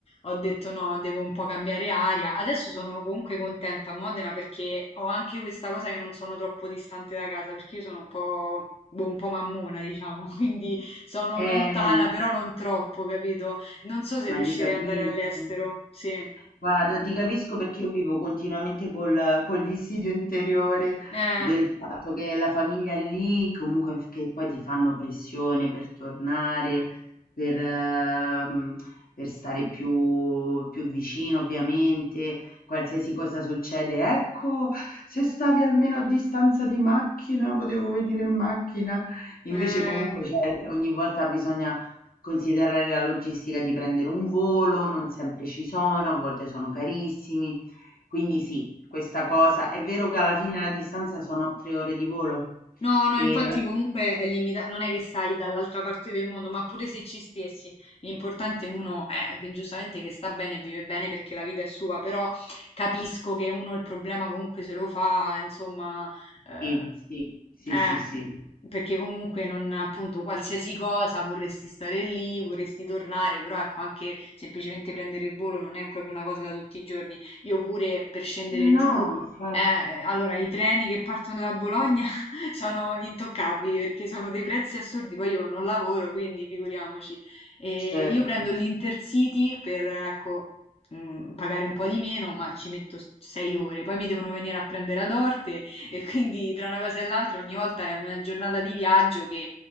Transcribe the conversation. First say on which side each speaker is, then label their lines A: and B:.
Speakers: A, on the left; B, on the left.
A: ho detto no, devo un po' cambiare aria. Adesso sono comunque contenta a Modena perché ho anche questa cosa che non sono troppo distante da casa, perché io sono un po'... boh, un po' mammona, diciamo, <laughs> quindi sono
B: Eh.
A: lontana, però non troppo, capito? Non so se
B: Ma
A: riuscirei
B: ti capisco.
A: ad andare all'estero, sì.
B: Guarda, ti capisco perché io vivo continuamente col, col dissidio interiore
A: Eh,
B: del fatto che la famiglia è lì, comunque che poi ti fanno pressione per tornare, per, ehm, per stare più, più vicino, ovviamente, qualsiasi cosa succede. Ecco, se stavi almeno a distanza di macchina, potevo venire in macchina. Invece
A: eh.
B: comunque cioè, ogni volta bisogna Considerare la logistica di prendere un volo, non sempre ci sono, a volte sono carissimi. Quindi sì, questa cosa è vero che alla fine la distanza sono 3 ore di volo.
A: No, no,
B: E
A: infatti comunque è limitato, non è che stai dall'altra parte del mondo, ma pure se ci stessi, l'importante uno è che giustamente che sta bene, vive bene perché la vita è sua, però capisco che uno il problema comunque se lo fa, insomma, eh,
B: sì, sì, sì,
A: eh,
B: sì, sì.
A: mhmm, perché comunque non, appunto, qualsiasi cosa vorresti stare lì, vorresti tornare, però ecco, anche semplicemente prendere il volo non è proprio una cosa da tutti i giorni. Io pure per scendere giù,
B: No, infatti,
A: eh, eh, allora i treni che partono da Bologna <laughs> sono intoccabili perché sono dei prezzi assurdi, poi io non lavoro, quindi figuriamoci. E
B: certo.
A: io prendo l'Intercity per, ecco, mm, pagare un po' di meno, ma ci metto s- sei ore, poi mi devono venire a prendere ad Orte e quindi tra una cosa e l'altra ogni volta è una giornata di viaggio che